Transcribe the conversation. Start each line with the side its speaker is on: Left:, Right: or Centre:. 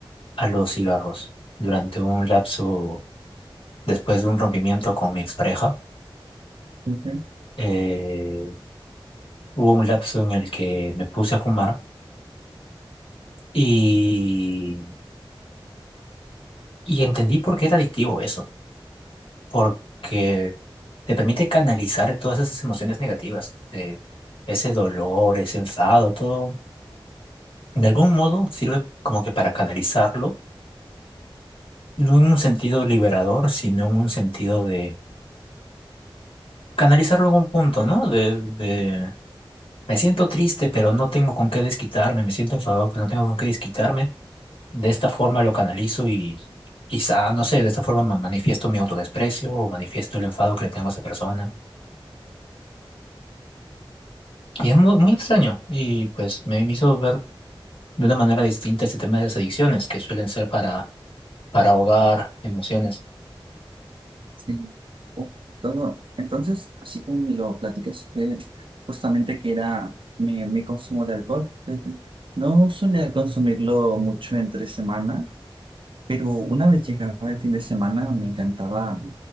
Left: a los cigarros durante un lapso después de un rompimiento con mi expareja.
Right: Ujú.
Left: eh, hubo un lapso en el que me puse a fumar. Y Y entendí por qué era adictivo eso, porque te permite canalizar todas esas emociones negativas, eh, ese dolor, ese enfado, todo. De algún modo sirve como que para canalizarlo, no en un sentido liberador, sino en un sentido de canalizarlo en un punto, ¿no? De, de me siento triste, pero no tengo con qué desquitarme, me siento enfadado, pero no tengo con qué desquitarme. De esta forma lo canalizo y quizá, no sé, de esta forma ma- manifiesto mi autodesprecio o manifiesto el enfado que le tengo a esa persona. Y es muy, muy extraño. Y pues me hizo ver de una manera distinta este tema de las adicciones, que suelen ser para, para ahogar emociones.
Right: Sí, oh, todo. Entonces, así como me lo platicas, fue justamente que era mi, mi consumo de alcohol. Desde- No solía consumirlo mucho entre semana, pero una vez llegaba el fin de semana me encantaba